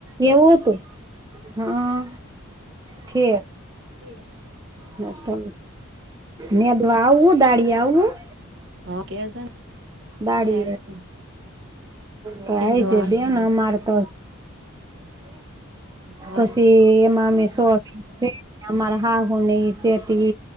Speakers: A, on the right; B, on the right.
A: એવું હતું. હા, ઠ
B: હમ.
A: હ, તો. નેદવા આવું, દાળી આવવું.
B: હા કેજો
A: દાડી
B: ને આવીશું
A: તો
B: કેજો
A: આય છે,
B: હા
A: દેને અમારે તો
B: હા
A: પછી એમાં અમે સો- - ર હાહુને સ તે